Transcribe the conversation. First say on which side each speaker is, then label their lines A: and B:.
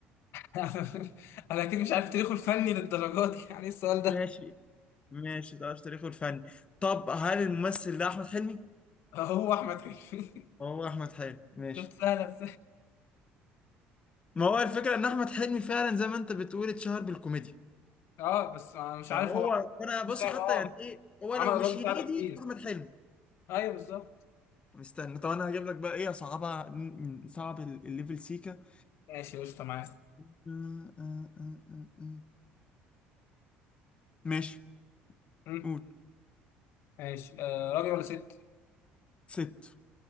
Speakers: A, on the left; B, on the left.
A: <laughs> انا اكيد مش عارف تاريخه الفني للدرجات دي يعني إيه السؤال
B: ماشي
A: ده
B: ماشي تعرف تاريخه الفني طب هل الممثل ده احمد حلمي
A: هو احمد حلمي
B: هو احمد حلمي ماشي
A: <laughs> شفت سهله
B: ما هو الفكره ان احمد حلمي فعلا زي ما انت بتقول اتشهر بالكوميديا
A: اه بس انا مش
B: فهو
A: عارف هو
B: انا بص
A: مش عارف
B: حتى
A: اه
B: يعني ايه هو
A: عمل
B: لو
A: قضايا
B: مش
A: مساعدة
B: هنيدي
A: كتير
B: احمد حلمي
A: ايوه بالظبط
B: استنى طب انا هجيب لك بقى ايه صعبه صعب ال- الليفل سيكا
A: ماشي قشطة معايا
B: آه، آه، آه، آه، آه. ماشي
A: مم.
B: قول
A: ماشي آه راجل ولا ست
B: ست